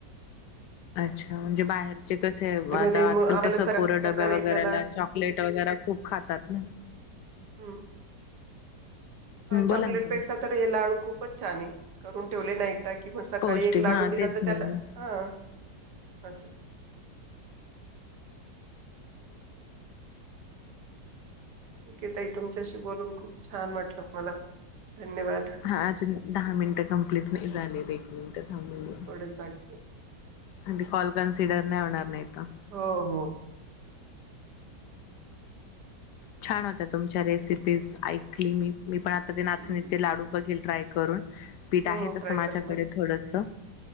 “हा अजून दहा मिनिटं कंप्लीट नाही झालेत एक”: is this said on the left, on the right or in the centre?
Left